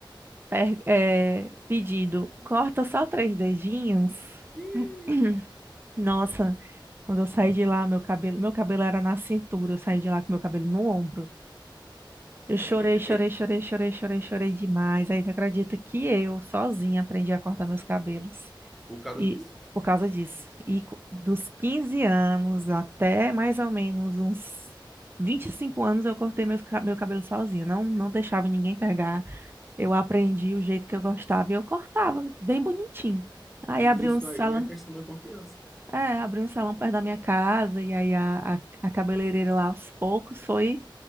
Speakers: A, on the right; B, in the centre.
A: per- é, pedido, corta só três dedinhos.
B: <laughs> Ih,
A: <clears throat> Nossa, quando eu saí de lá, meu cabelo, meu cabelo era na cintura, eu saí de lá com meu cabelo no ombro. Eu
B: é,
A: chorei,
B: é,
A: chorei,
B: é,
A: chorei, chorei, chorei, chorei demais. Aí tu acredita que eu, sozinha, aprendi a cortar meus cabelos.
B: por causa
A: E
B: disso.
A: por causa disso. E co- dos 15 anos até mais ou menos uns 25 anos eu cortei meus, ca- meu cabelo sozinha. Não, não deixava ninguém pegar. Eu aprendi o jeito que eu gostava e eu cortava bem bonitinho. Aí
B: E
A: abri
B: isso
A: um salão,
B: aí é a questão da confiança.
A: é, abri um salão perto da minha casa e aí a, a, a cabeleireira lá aos poucos foi,